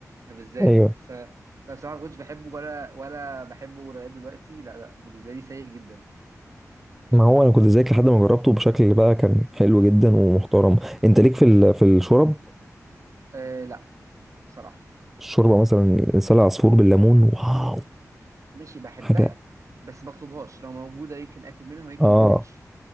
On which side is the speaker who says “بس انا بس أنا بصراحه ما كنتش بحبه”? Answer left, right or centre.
Right